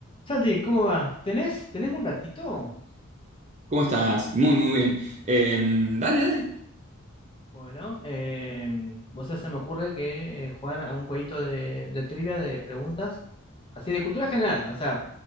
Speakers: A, on the left; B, on the right.
A: Santi, ¿cómo va? ¿Tenés, tenés un ratito?
B: ¿Cómo estás? Muy, muy bien. Em, dale, dale.
A: Bueno, em, vos sabés, se me ocurre que eh, jugar a un jueguito de, de trivia de preguntas, así de cultura general, o sea,